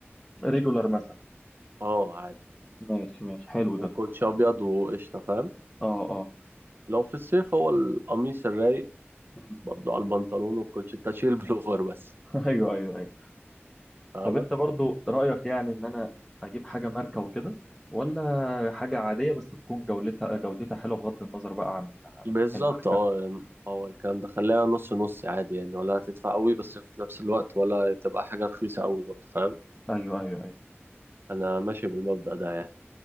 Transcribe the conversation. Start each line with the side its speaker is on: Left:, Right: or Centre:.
Centre: ريجولار مثلا
Right: اه عادي
Centre: ماشي ماشي حلو
Right: وكوتش
Centre: ده
Right: ابيض وقشطة فاهم
Centre: اه اه
Right: لو في الصيف هو القميص الرايق
Centre: مم.
Right: برضو على البنطلون والكوتشي تشيل بلوفر بس
Centre: <laughs> ايوه ايوه ايوه
Right: فاهمة
Centre: طب انت برضو رايك يعني ان انا اجيب حاجه ماركه وكده ولا حاجه عاديه بس تكون جولتها جودتها حلوه بغض النظر بقى عن
Right: بالظبط
Centre: الماركه
Right: اه يعني هو الكلام ده خليها نص نص عادي يعني ولا هتدفع قوي بس في نفس الوقت ولا تبقى حاجة رخيصة قوي برضو فاهم
Centre: ايوه ايوه ايوه
Right: انا ماشي بالمبدأ ده يعني